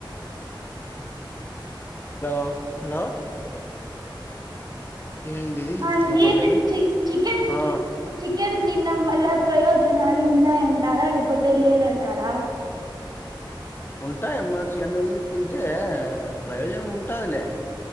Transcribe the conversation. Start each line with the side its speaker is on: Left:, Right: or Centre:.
Left: హలో హలో ఏందిది
Right: అండి
Left: వినపడలేదు
Right: చి చికెన్
Left: ఆ
Right: చికెన్ తినడం వల్ల ప్రయోజనాలు ఉన్నాయంటారా లేకపోతే లేదంటారా
Left: ఉంటాయమ్మ చికెన్ తింటే ప్రయోజనం ఉంటాదిలే